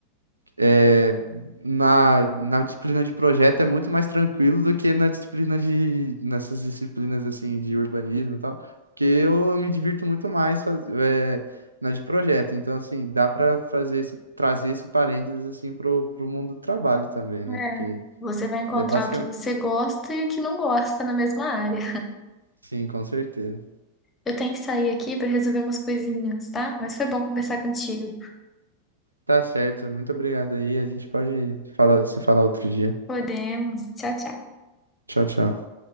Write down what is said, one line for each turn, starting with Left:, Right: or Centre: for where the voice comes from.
Right: É, na, na disciplina de projeto é muito mais tranquilo do que na disciplina de, nessas disciplinas assim de urbanismo e tal, porque eu, eu me divirto muito mais faz- é, na de projeto. Então, assim, dá para fazer esse, trazer esse parênteses assim pro, pro mundo do trabalho também, né?
Left: É,
Right: Porque
Left: você vai encontrar
Right: é basicamente.
Left: o que você gosta e o que não gosta na mesma área.
Right: Sim, com certeza.
Left: Eu tenho que sair aqui para resolver umas coisinhas, tá? Mas foi bom conversar contigo.
Right: Tá certo. Muito obrigado aí. A gente pode falar, se falar outro dia.
Left: Podemos. Tchau, tchau.
Right: Tchau, tchau.